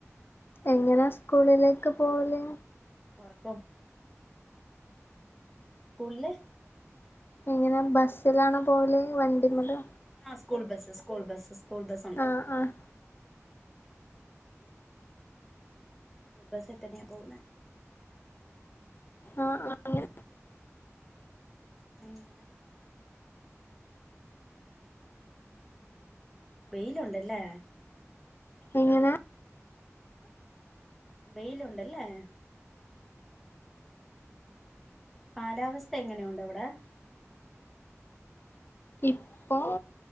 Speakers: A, on the left; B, in the centre.
A: എങ്ങനാ സ്കൂളിലേക്ക് പോകല്?
B: ഉറക്കും സ്കൂളില്
A: എങ്ങനെ ബസ്സിലാണോ പോലെ വണ്ടിമലോ
B: ആ school bus school bus school bus ഉണ്ട്
A: ആഹ് ആഹ്
B: സ്കൂൾ ബസിൽ തന്നെയാ പോകുന്നെ
A: ആഹ ആ അങ്ങനെ
B: <unintelligible> ഉ വെയിലുണ്ടല്ലേ?
A: എങ്ങനെ?
B: വെയിലുണ്ടല്ലേ? കാലാവസ്ഥ എങ്ങനെയുണ്ട് അവിടെ?
A: ഇപ്പോ